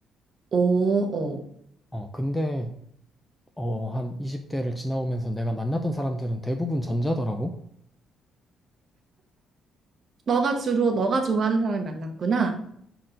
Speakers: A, on the right; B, in the centre.
A: 어, 어.
B: 어, 근데 어, 한 20대를 지나오면서 내가 만났던 사람들은 대부분 전자더라고.
A: 너가 주로 너가 좋아하는 사람을 만났구나.